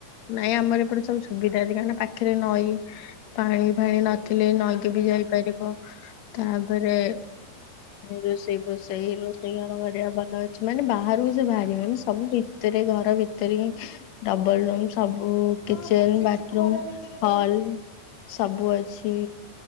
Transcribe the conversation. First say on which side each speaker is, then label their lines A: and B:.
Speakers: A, on the left; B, on the left.
A: ନାଇଁ ଆମର ଏପଟେ ସବୁ ସୁବିଧା ଅଛି କାହିଁକିନା ପାଖରେ ନଈ ପାଣି ଫାଣି ନ ଥିଲେ ନଈକି ବି ଯାଇପାରିବ ତାପରେ ରୋଷେଇ ବୋସ୍ ସେଇ ରୋଷେଇ ଘର ବଢ଼ିଆ ଭଲ ଅଛି ମାନେ ବାହାରକୁ ସେ ବାହାରିବେନି। ସବୁ ଭିତରେ ଘର ଭିତରେ ହିଁ ଡବଲ ରୁମସ୍। ସବୁ
B: ହଁ
A: କିଚେନ,
B: ତାଙ୍କର
A: ବାଥରୁମ୍,
B: ବି ସେ ଘର ଭିତରେ ଦରକାର।
A: ହଲ୍ ସବୁ ଅଛି।